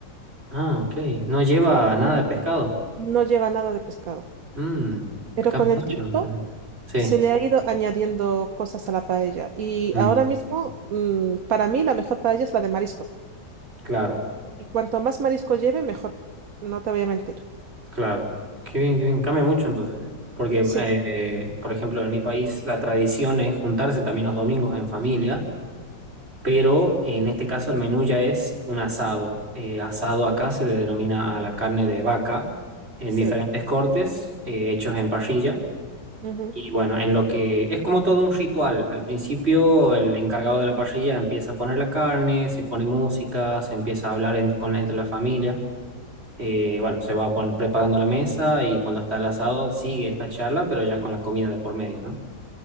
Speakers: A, on the right (about 30°); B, on the right (about 55°).
A: Ah, ok. No lleva nada de pescado.
B: No lleva nada de pescado.
A: Mm,
B: Pero
A: cambia
B: con el
A: mucho.
B: tiempo
A: la receta. Sí.
B: se le ha ido añadiendo cosas a la paella. Y
A: Mm,
B: ahora mismo, mm, para mí, la mejor paella es la de marisco.
A: claro,
B: Y cuanto más marisco lleve, mejor. No te voy a mentir.
A: claro. Qué bien, qué bien. Cambia mucho entonces. Porque,
B: Sí,
A: eh, por ejemplo, en mi país la tradición es juntarse también los domingos en familia, pero en este caso el menú ya es un asado. Eh, asado acá se le denomina a la carne de vaca en
B: sí.
A: diferentes cortes, eh, hechos en parrilla.
B: ujú.
A: Y bueno, en lo que es como todo un ritual. Al principio, el encargado de la parrilla empieza a poner la carne, se pone música, se empieza a hablar en- con, entre la familia. Eh, bueno, se va a poner, preparando la mesa y cuando está el asado sigue esta charla, pero ya con la comida de por medio, ¿no?